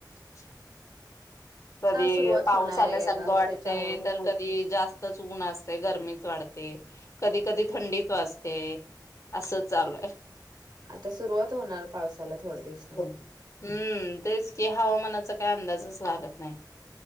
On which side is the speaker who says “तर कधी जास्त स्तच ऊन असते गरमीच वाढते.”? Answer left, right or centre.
Left